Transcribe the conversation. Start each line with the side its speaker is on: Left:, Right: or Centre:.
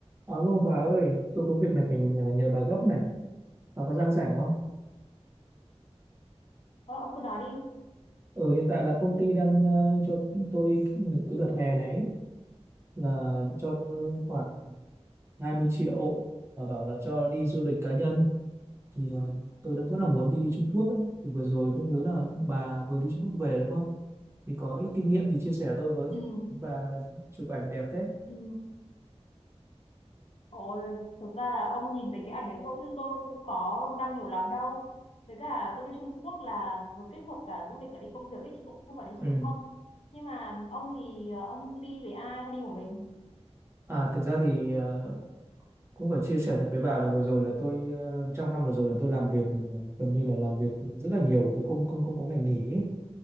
Right: Alo bà ơi, tôi có việc này phải nhờ, nhờ bà gấp này. Bà có đang rảnh không?
Left: Ờ, ông cứ nói đi.
Right: Ừ, hiện tại là công ty đang ờ, cho tôi cái đợt hè này là cho tôi khoảng 20 triệu và bảo là cho đi du lịch cá nhân. Thì ờ, tôi đang rất là muốn đi Trung Quốc ấy. Thì vừa rồi tôi nhớ là bà vừa đi Trung Quốc về đúng không? Thì có ít kinh nghiệm thì chia sẻ tôi với.
Left: Ừ.
Right: Bà chụp ảnh đẹp thế.
Left: Ừ. Ôi, thực ra là ông nhìn về cái ảnh đấy thôi chứ tôi cũng có đăng nhiều lắm đâu. Với cả tôi đi Trung Quốc là vừa kết hợp cả du lịch cả đi công việc ấy chứ cũng không phải đi du
Right: Ừ.
Left: lịch không. Nhưng mà ông thì ờ, ông đi với ai hay đi một mình?
Right: À, thực ra thì ờ, cũng phải chia sẻ thật với bà là vừa rồi là tôi ờ, trong năm vừa rồi là tôi làm việc gần như là làm việc rất là nhiều tôi không không không có ngày nghỉ ấy.